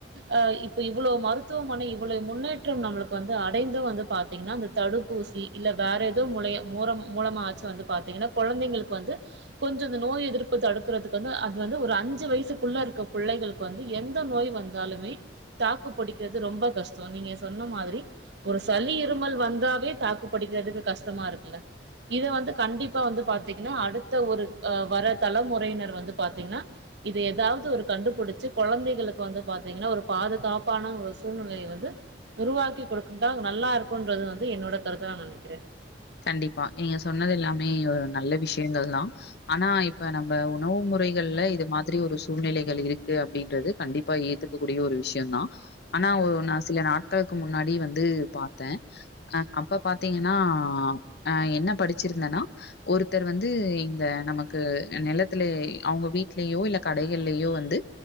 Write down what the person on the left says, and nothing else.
கண்டிப்பா நீங்க சொன்னது எல்லாமே ஒரு நல்ல விஸ் ங்கள் தான் ஆனா இ இப்ப நம்ம உணவு முறைகள்ல இது மாதிரி ஒரு சூழ்நிலைகள் இருக்கு அப்படின்றது கண்டிப்பா ஏத்துக்கக்கூடிய ஒரு விஷயம் தான் ஆனா நான் சில நாட்களுக்கு முன்னாடி வந்து பாத்தே அ அப்ப பாத்தீங்கன்னா ஆ என்ன படிச்சிருந்தேன்னா ஒருத்தர் வந்து இந்த நமக்கு நிலத்துல அவங்க வீடலேயோ இல்ல கடைகள்லயோ வந்து